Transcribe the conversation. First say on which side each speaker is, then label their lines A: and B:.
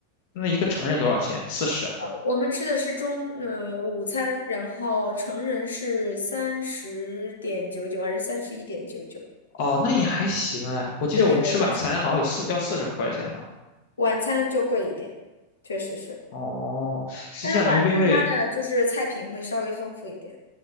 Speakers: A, on the left; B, on the left.
A: 那一个成人多少钱？四十啊。
B: 呃我们吃的是中呃午餐，然后成人是三十点九九还是三十一点九九？
A: 哦，那也还行哎，我记得我们吃晚餐好像有四要四十块钱呢。
B: 对对对，还行。晚餐就贵一点，确实是，
A: 哦，实际上牛鞭味。
B: 但是晚餐它的就是菜品会稍微丰富一点。